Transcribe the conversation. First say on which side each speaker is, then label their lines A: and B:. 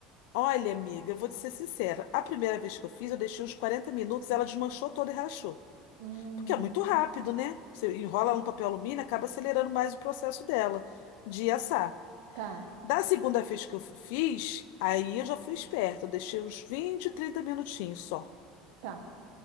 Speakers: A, on the left; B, on the right.
A: olha, amiga, eu vou te ser sincera. A primeira vez que eu fiz, eu deixei uns 40 minutos, ela desmanchou toda e rachou.
B: Hum,
A: Porque é muito rápido, né? Você enrola ela no papel alumínio, acaba acelerando mais o processo dela de assar.
B: tá,
A: Da segunda vez que eu f- fiz, aí eu já fui esperta. Eu deixei uns 20, 30 minutinhos só.
B: tá,